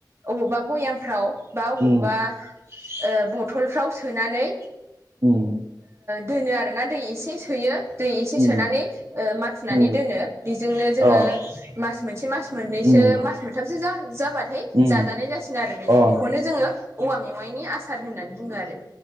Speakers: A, on the right (about 35°); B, on the right (about 70°).
A: अबावबा भयामफ्राव बा अबावबा
B: उम
A: ओ बथलफ्राव सोनानै
B: उम
A: दोनो आरोना दै एसे सोयो दै एसे
B: उम
A: सोनानै ओ माथुनानै
B: उम
A: दोनो बिजोंनो जोंङो
B: अ
A: मास मोनसे मास मोननैसो
B: उम
A: मास मोनथामसो जा जाबाथाय
B: उम
A: जाजानाय जासिगोन आरो बिनो
B: अ
A: बिखौनो जोंङो औवा मेवायनि आसार होननानै बुंङो आरो।